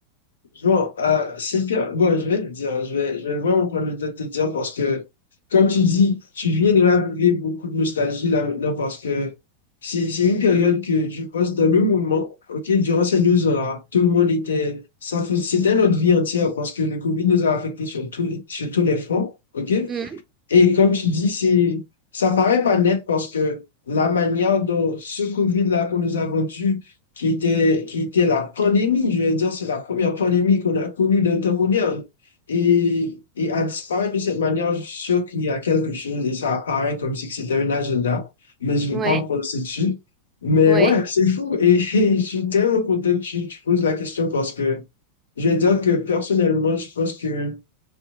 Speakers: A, on the left; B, on the right.
A: Bon, euh, c'est pire. Bon, je vais te dire, je vais, je vais vraiment prendre le temps de te dire parce que, comme tu dis, tu viens de raviver beaucoup de nostalgie là maintenant parce que c'est, c'est une période que je pense dans le moment, ok, durant ces deux ans-là, tout le monde était, ça fais- c'était notre vie entière parce que le COVID nous a affectés sur tous les, sur tous les fronts, ok?
B: Oui,
A: Et comme tu dis, c'est, ça paraît pas net parce que la manière dont ce Covid-là qu'on nous a vendu, qui était, qui était la pandémie, je veux dire, c'est la première pandémie qu'on a connue dans le temps moderne, et, et à disparaître de cette manière, je suis sûr qu'il y a quelque chose et ça apparaît comme si que c'était un agenda, mais je ne
B: Ouais,
A: vais pas me prononcer dessus. Mais
B: ouais,
A: ouais, c'est fou et, <laughs> et je suis tellement content que tu, tu poses la question parce que je vais dire que personnellement, je pense que